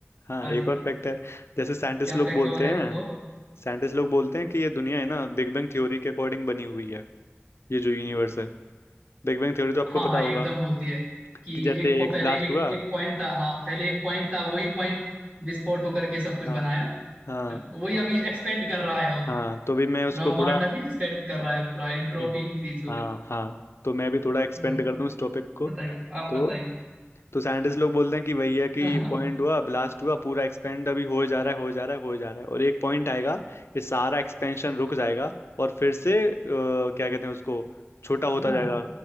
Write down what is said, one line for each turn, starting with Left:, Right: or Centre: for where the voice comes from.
Left: हाँ
Right: हाँ
Left: एक
Right: जी
Left: और फैक्ट है जैसे साइंटिस्ट
Right: क्या
Left: लोग
Right: फैक्ट
Left: बोलते
Right: और है
Left: हैं
Right: एक और
Left: साइंटिस्ट लोग बोलते हैं कि ये दुनिया है ना बिग बैंग थ्योरी के अकॉर्डिंग बनी हुई है ये जो यूनिवर्स है बिग बैंग थ्योरी तो आपको
Right: हाँ
Left: पता
Right: हाँ
Left: होगा
Right: ये एकदम बोलती है कि
Left: कि जैसे
Right: एक प-
Left: एक
Right: पहले
Left: ब्लास्ट
Right: एक
Left: हुआ
Right: एक पॉइंट था हाँ पहले एक पॉइंट था वही पॉइंट विस्फोट होकर के सब कुछ
Left: हाँ
Right: बनाया
Left: हाँ
Right: हाँ, वही अभी एक्सपेंड कर रहा है और
Left: हाँ तो भी मैं उसको
Right: ब्रह्मांड
Left: थोड़ा
Right: अभी एक्सपेंड कर रहा है पूरा एंट्रोपी
Left: हम्म,
Right: इंक्रीज हो
Left: हाँ
Right: रही
Left: हाँ तो मैं भी थोड़ा एक्सपेंड
Right: हम्म
Left: कर दूं इस टॉपिक को
Right: बताइए आप
Left: तो
Right: बताइए
Left: तो साइंटिस्ट लोग बोलते हैं कि भैया
Right: <laughs>
Left: कि पॉइंट हुआ ब्लास्ट हुआ पूरा एक्सपेंड अभी हो जा रहा है हो जा रहा है हो जा रहा है और एक पॉइंट आएगा ये सारा एक्सपेंशन रुक जाएगा और फिर से अ, क्या कहते हैं उसको छोटा होता
Right: ओ
Left: जाएगा